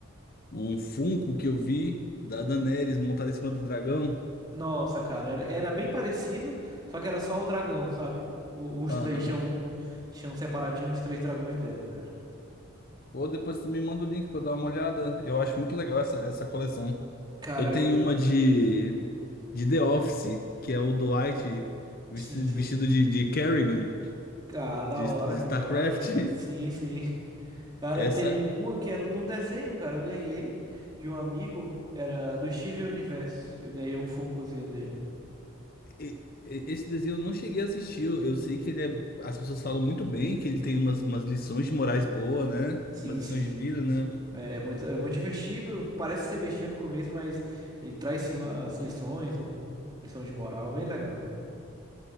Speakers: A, on the left; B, on the right.
A: um Funko que eu vi da Daenerys montada em cima do dragão.
B: Nossa, cara, era, era bem parecido, só que era só o dragão, sabe? O- os
A: Aham.
B: três tinham, um, tinham separadinho os três dragões dela, cara.
A: Ou depois tu me manda o link para dar uma olhada. Eu acho muito legal essa, essa coleção.
B: Cara,
A: Eu
B: eu-
A: tenho uma de,
B: Beleza.
A: de The Office, que é o Dwight vestido,
B: sim, sim.
A: vestido de, de Kerrigan,
B: Ah, da
A: de,
B: hora,
A: de
B: que
A: StarCraft.
B: da hora, velho. Sim, sim. Cara,
A: <laughs> Essa,
B: eu tenho uma que era de um desenho, cara. Eu ganhei de um amigo. Era do Steven Universo. Eu ganhei um Funkozinho dele.
A: E- e- Esse desenho eu não cheguei a assistir. Eu eu sei que ele é. As pessoas falam muito bem que ele tem umas, umas lições de morais boas, né?
B: Sim,
A: Umas lições
B: sim.
A: de vida, né?
B: É muito, é muito divertido. Parece ser bestia no começo, mas ele traz sim as lições, um, lição de moral, bem legal.